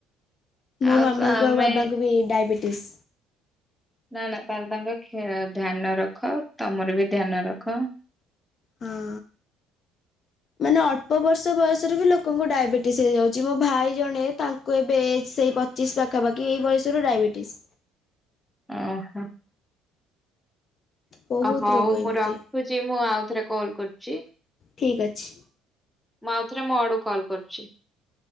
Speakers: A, on the left (about 45°); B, in the centre.
A: ମୋ
B: ଆଉ
A: ମାମାଙ୍କୁ
B: ତ ଆମେ
A: ଆଉ ବାବାଙ୍କୁ ବି ଡାଇବେଟିସ।
B: ନା ନା ତ ତାଙ୍କ ଧ୍ୟାନ ରଖ ତମର ବି ଧ୍ୟାନ ରଖ।
A: ହଁ। ମାନେ ଅଳ୍ପ ବର୍ଷ ବୟସରେ ବି ଲୋକଙ୍କୁ ଡାଇବେଟିସ୍ ହେଇଯାଉଛି। ମୋ ଭାଇ ଜଣେ ତାଙ୍କ କୁ ଏବେ ଏଜ୍ ସେଇ ପଚିଶ ପାଖାପାଖି ଏଇ ବୟସରୁ ଡାଇବେଟିସ୍।
B: ଓହୋ।
A: ବହୁତ
B: ଓ ହୋଉ
A: ରୋଗ
B: ମୁଁ
A: ଏମିତି
B: ରଖୁଛି ମୁଁ ଆଉଥରେ କଲ କରୁଛି।
A: ଠିକ୍ ଅଛି।
B: ମୁଁ ଆଉଥରେ ମୋ ଆଡୁ କଲ୍ କରୁଛି।